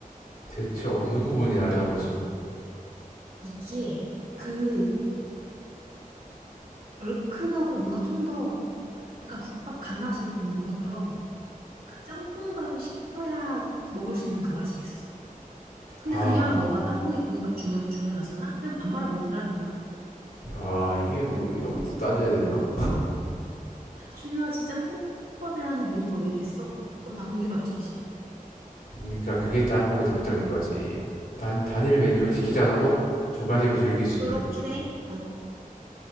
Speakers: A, on the left; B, on the right.
A: 대체 어느
B: 응.
A: 부분이 다르단 거지?
B: 이게 그 얼큰하고 뭔가 좀 더 약간 국밥 갓 나왔을 때 먹는 것처럼 그 짬뽕밥을 시켜야 먹을 수 있는 그 맛이 있어. 근데
A: 아,
B: 그냥 너가 짬뽕에 공깃밥 주문, 주문하잖아? 그냥 밥 말아 먹는 사람인 거야.
A: 아 이게 뭐 이런 것도 따져야 되나?
B: 중요하지. 짬뽕밥이라는 메뉴가 왜 있겠어? 그럼 다 공기밥식이지.
A: 그러니까 그게 짬뽕의 장점인 거지. 단, 단일 메뉴를 시키지 않아도 두 가지로 즐길 수
B: 그렇긴
A: 있는.
B: 해. 어.